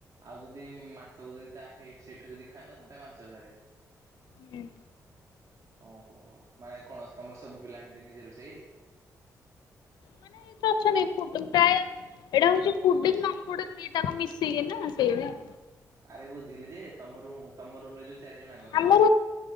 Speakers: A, on the right (about 50°); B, on the left (about 85°).
A: ଆଉ ଯଦି ମାସକୁ ଯଦି ତା ହେଇ ସେଇଠୁ ଯଦି ଖାଇବ ତାହେଲେ ପାଞ୍ଚ ହଜାରେ।
B: ହୁଁ।
A: ଓହୋହୋ ମାନେ କଣ ତମର ସବୁ ପିଲା ଏମିତି ନେଇଛନ୍ତି।
B: ମାନେ ଅଛନ୍ତି କୁ <unintelligible> ପ୍ରାୟ ଏଇଟା ହଉଛି ଫୁଡ଼ିଙ୍ଗି ନନ୍ ଫୁଡ଼ିଙ୍ଗୀ କୁ ଦିଟା ମିଶେଇକି ନା।
A: ଆରେ ବୁଝିଲି ଯେ ତମ ରୁମ୍ ତମ ରୁମ ରେ ଯଦି ଦିଇଜଣ ଆ
B: ଆମ